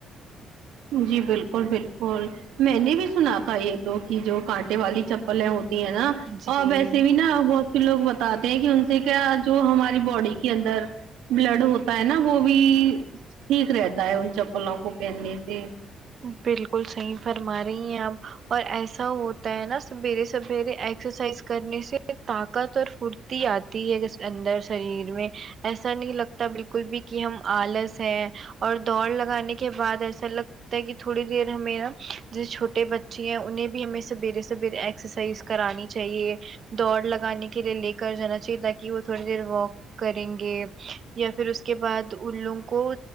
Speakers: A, on the right (about 90°); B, on the right (about 50°).
A: جی بالکل بالکل میں نے بھی سنا تھا یہ تو کہ جو کانٹے والی چپلیں ہوتی ہیں نا
B: جی
A: اور ویسے بھی نا بہت سے لوگ بتاتے ہیں کہ ان سے کیا جو ہماری باڈی کے اندر بلڈ ہوتا ہے نا وہ بھی ٹھیک رہتا ہے ان چپلوں کو پہننے سے
B: بالکل صحیح فرما رہی ہیں آپ اور ایسا ہوتا ہے نا سویرے سویرے ایکسرسائز کرنے سے طاقت اور پھرتی آتی ہے اندر شریر میں ایسا نہیں لگ تا بالکل بھی کہ ہم آلس ہیں اور دوڑ لگانے کے بعد ایسا لگ کہ تھوڑی دیر ہمیں نا جو چھوٹے بچے ہیں انہیں بھی ہمیں سویرے سویرے ایکسرسائز کرانی چاہیے دوڑ لگانے کے لیے لے کر جانا چاہیے تاکہ وہ تھوڑی دیر واک کریں گے یا پھر اس کے بعد ان لوگوں کو